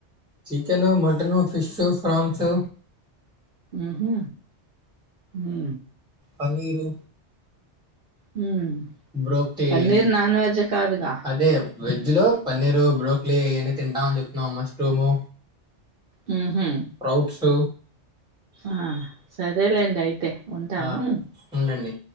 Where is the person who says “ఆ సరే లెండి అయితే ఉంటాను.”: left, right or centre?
Right